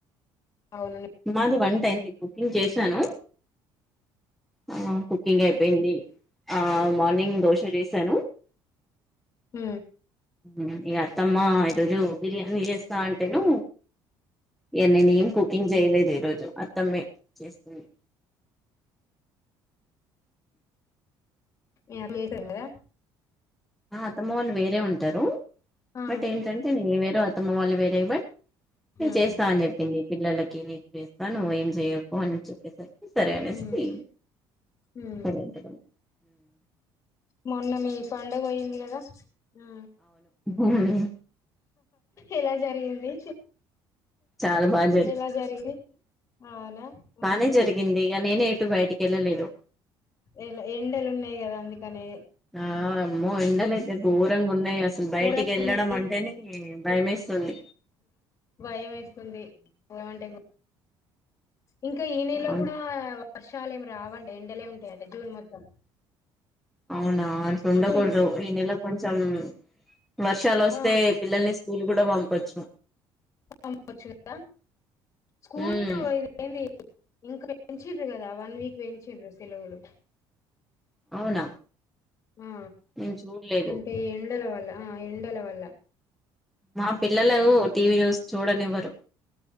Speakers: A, on the left (about 35°); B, in the centre.
A: అవును
B: మాది వంటైంది కుకింగ్ చేస్ సాను ఆ ఆ కుకింగ్ అయిపోయింది ఆ మార్నింగ్ దోశ చేసాను
A: మ్
B: మ్ ఇగ అత్తమ్మా ఈరోోజు బిర్యానీ చేస్తా అంటేను ఇగ నేనేం కుకింగ్ చేయలేదు ఈ రోజు అత్తమ్మే చేసింది
A: మీ చేసం కదా
B: ఆ అత్తమ్మ వాళ్ళు వేరే ఉంటారు
A: ఆ,
B: బట్ ఏంటంటే నేను వేరు అత్తమ్మ వాళ్ళు వేరే బట్
A: ఉమ్,
B: చేస్తా అని చెప్పింది పిల్లలకి నీకు ఇస్తాను నువ్వు ఏం చేయకు అని చెప్ప సరే అనేస్తి
A: ఉమ్, ఉమ్.
B: సరే అంత
A: మొన్న మీ పండుగ పోయింది కదా ఉ
B: ఉహ్
A: ఎలా జరిగింది
B: చాలా బాగా
A: ఎలా జరిగింది అవునా ఆ,
B: బానే జరిగింది ఇక నేనే ఎటు బయటికి వెళ్ళలేదు
A: ఎలా ఎండెలు ఉన్నాయి గదా అందుకనే
B: ఆ అమ్మో ఎండల అయితే ఘోరంగా ఉన్నాయి అస్ బయటికి
A: ఘోరంగా
B: వెళ్ళడం
A: ఉన్నాయి
B: అంటేనే భయమేస్తుంది
A: భయమైతుంది ఏమంటే ఇంకా ఈ నెల్లో
B: అవును
A: కూడా వర్షాలు ఏం రావండి ఎండలే ఉంటాయట జూన్ మొత్తం
B: అవునా అట్లు ఉండకూడదు
A: అంటుండ్రు
B: ఈ నెల కొంచెం వర్షాలు వస్తే
A: ఆ
B: పిల్లల్ని స్కూల్ కూడా పంపచ్చు
A: పంపచ్చు కదా స్కూల్
B: ఉమ్
A: పోయి ఏంది ఇంకా పెంచిర్రు కదా వన్ వీక్ పెంచిర్రు సెలవులు
B: అవునా
A: ఆ
B: నేను చూడలేదు
A: అంటే ఎండల వల్ల ఆ ఎండల వల్ల
B: మా పిల్లలు టీవీ న్యూస్ చూడనివ్వరు
A: ఉమ్